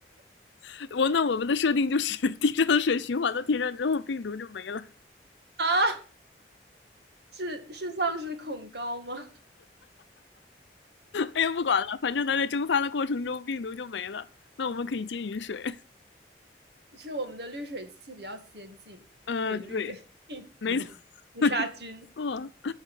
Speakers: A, on the left; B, on the right.
A: <laughs> 我那我们的设定就是 <laughs> 地上的水循环到天上之后，病毒就没了。
B: 啊，是是丧尸恐高吗？
A: 哎呀，不管了，反正它在蒸发的过程中，病毒就没了。那我们可以接雨水。
B: <laughs> 是我们的滤水器比较先进，
A: 呃，
B: 可以滤掉病毒、
A: 对，没错，
B: <laughs>
A: 没
B: 杀菌。
A: 错。